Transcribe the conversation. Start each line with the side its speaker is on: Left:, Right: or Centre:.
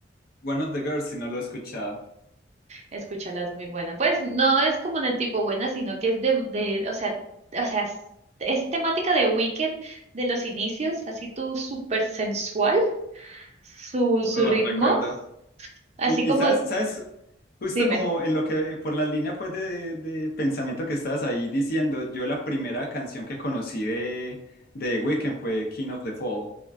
Left: One of the Girls, si no lo he escuchado.
Right: Escúchala, es muy buena. Pues no es como en el tipo buena, sino que es de, de, o sea, o sea, es, es temática de Weekend de los inicios, así tú súper sensual, su, su
Left: Oh,
Right: ritmo,
Left: recuerdo.
Right: así
Left: Y,
Right: como,
Left: y sabes, sabes, justo
Right: dime,
Left: como en lo que, por la línea pues de, de pensamiento que estabas ahí diciendo, yo la primera canción que conocí de, de The Weeknd fue King of the Fall.